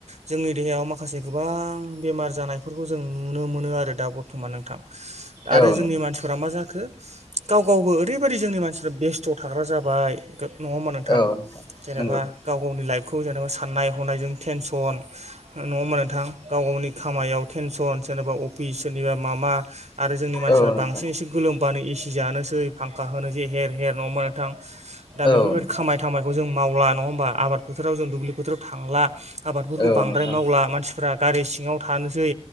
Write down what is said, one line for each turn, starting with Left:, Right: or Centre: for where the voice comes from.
Right: जोंनि देहायाव माखासे गोबां बेमार जानायफोरखौ जों नुनो मोनो आरो। दा बर्थमान नोंथां आरो
Left: औ
Right: जोंनि
Left: नोंथां
Right: मानसिफोरा मा जाखो गाव गावबो ओरैबायदि जोंनि मानसि बेस्थ' थाग्रा जाबाय नङा होमबा नोंथां?
Left: औ
Right: जेनेबा
Left: नंगौ
Right: गाव गावनि लाइफखौ जेनेबा साननाय हनायजों टेनसन नङा ओमबा नोंथां गाव गावनि खामायाव टेनसन सोरनेबा अफिस सोरनिबा माबा आरो जोंनि मानसिफोरा
Left: औ नोंथां
Right: बांसिन एसे गोलोमबानो एसि जानोसै फांखा होनोसै हेर हेर नङा ओमबा नोंथां दा बेफोरबायदि
Left: औ नोंथां
Right: खामायथामायखौ जों मावला नङा ओमबा आबाद फोथोराव जों दुब्लि बोथोराव थांला आबादफोरखौ
Left: औ
Right: बां
Left: नोंथां
Right: द्राय मावला
Left: औ नोंथां
Right: मानसिफ्रा गारि सिङाव थानोसै